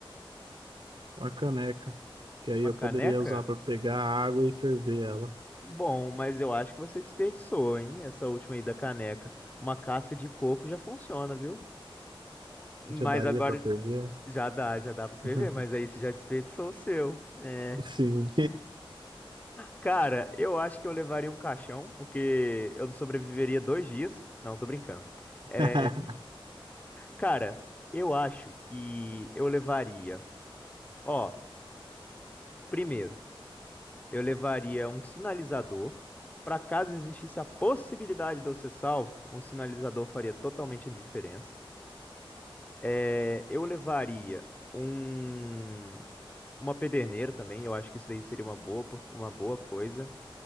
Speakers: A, on the right; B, on the left.
A: uma caneca, que aí
B: Uma
A: eu
B: caneca?
A: poderia usar para pegar água e ferver ela.
B: Bom, mas eu acho que você desperdiçou, hein? Essa última aí da caneca. Uma casca de coco já funciona, viu? Mas
A: Já daria
B: agora
A: para ferver?
B: já dá, já dá pra ferver,
A: <laughs>
B: mas aí você já desperdiçou o seu. É.
A: Sim.
B: Cara, eu acho que eu levaria um caixão, porque eu não sobreviveria dois dias. Não, tô brincando. É,
A: <laughs>
B: cara, eu acho que eu levaria. Ó, primeiro, eu levaria um sinalizador. Pra caso existisse a possibilidade de eu ser salvo, um sinalizador faria totalmente a diferença. É, eu levaria um, uma pederneira também, eu acho que isso daí seria uma boa, opor- uma boa coisa.